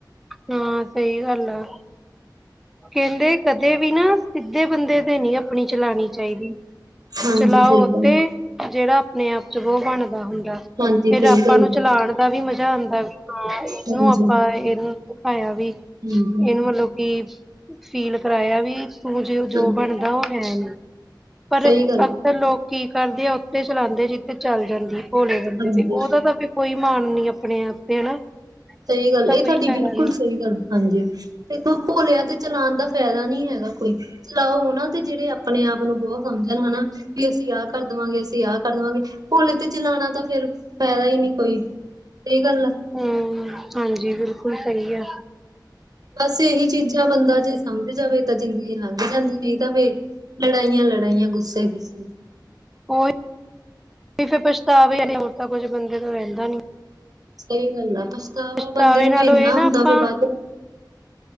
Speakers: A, in the centre; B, on the right (about 55°).
A: ਹਾਂ ਸਹੀ ਗੱਲ ਆ ਕਹਿੰਦੇ ਕਦੇ ਵੀ ਨਾ ਸਿੱਧੇ ਬੰਦੇ ਤੇ ਨਹੀ ਆਪਣੀ ਚਲਾਉਣੀ ਚਾਹੀਦੀ
B: ਹਾਂਜੀ
A: ਚਲਾਓ
B: ਸਹੀ
A: ਉੱਥੇ,
B: ਗੱਲ ਹੈ,
A: ਜਿਹੜਾ ਆਪਣੇ ਆਪ ਚ ਬੋ ਬਣਦਾ ਹੁੰਦਾ
B: ਹਾਂਜੀ
A: ਫੇਰ
B: ਸਹੀ
A: ਆਪਾਂ
B: ਗੱਲ
A: ਨੂੰ
B: ਹੈ,
A: ਚਲਾਉਣ ਦਾ ਵੀ ਮਜ਼ਾ ਆਉਂਦਾ ਹਾਂ ਇਹਨੂੰ
B: ਹਾਂਜੀ
A: ਆਪਾਂ ਇਹਨੂੰ ਦਿਖਾਇਆ ਵੀ ਇਹਨੂੰ
B: ਹਾਂਜੀ
A: ਮਤਲਬ ਕਿ ਫੀਲ ਕਰਾਇਆ ਵੀ ਤੂੰ ਜੇ ਜੋ
B: ਹਾਂਜੀ
A: ਬਣਦਾ ਉਹ ਹੈ ਨੀ ਪਰ
B: ਸਹੀ ਗੱਲ
A: ਫਰ
B: ਹੈ,
A: ਲੋਕ ਕੀ ਕਰਦੇ ਆ ਉੱਥੇ ਚਲਾਉਦੇ ਜਿੱਥੇ ਚੱਲ ਜਾਂਦੀ ਭੋਲੇ ਜਾਂਦੇ
B: ਹਾਂਜੀ
A: ਤੇ, ਉਹਦਾ ਤਾਂ ਫ ਕੋਈ ਮਾਣ ਨੀ ਆਪਣੇ ਆਪ ਤੇ ਹਨਾ
B: ਸਹੀ ਗੱਲ
A: ਉਹਦਾ
B: ਇਹ
A: ਕੋਈ
B: ਤੁਹਾਡੀ
A: ਫਾਇਦਾ
B: ਬਿਲਕੁਲ
A: ਨੀ
B: ਸਹੀ ਗੱਲ, ਹਾਂਜੀ ਦੇਖੋ ਭੋਲਿਆਂ ਤੇ ਚਲਾਉਣ ਦਾ ਫ਼ਾਇਦਾ ਨਹੀਂ ਹੈਗਾ। ਕੋਈ ਚਲਾਓ ੳਹਨਾ ਤੇ ਜਿਹੜੇ ਅਪ ਆਪਣੇ ਆਪ ਨੂੰ ਬਹੁਤ ਸਮਝਣ ਹਨਾ, ਵੀ ਅਸੀਂ ਆਹ ਕਰ ਦੇਵਾਂਗੇ ਅਸੀਂ ਆਹ ਕਰ ਦੇਵਾਂਗੇ ਭੋਲੇ ਤੇ ਚਲਾਣਾ ਤਾਂ ਫੇਰ ਫਾਇਦਾ ਹੀ ਨਹੀਂ ਕੋਈ, ਸਹੀ ਗੱਲ ਆ।
A: ਹਮਮਮ ਹਾਂਜੀ, ਬਿਲਕੁਲ ਸਹੀ ਆ।
B: ਬਸ ਇਹੀ ਚੀਜ਼ਾਂ ਬੰਦਾ ਜੇ ਸਮਝ ਜਾਵੇ ਤਾਂ ਜ਼ਿੰਦਗੀ ਲੰਘ ਜਾਂਦੀ ਨਹੀਂ ਤਾਂ ਫੇਰ ਲੜਾਈਆਂ-ਲੜਾਈਆਂ, ਗੁੱਸੇ-ਗੁੱਸੇ
A: ਉਹੀ ਫਿਰ ਪਛਤਾਵੇ ਹੋਰ ਤਾਂ ਕੁੱਝ ਬੰਦੇ ਤੋਂ ਰਹਿੰਦਾ ਨੀ
B: ਸਹੀ ਗੱਲ ਆ, ਪਛਤਾਵਾ
A: ਪਛਤਾਵੇ
B: ਬੰਦੇ ਨੂੰ
A: ਨਾਲੋਂ
B: ਵੀ ਇੰਨਾ
A: ਇਹ ਨਾ
B: ਹੁੰਦਾ
A: ਆਪਾਂ
B: ਵੀ ਵਾਹਧ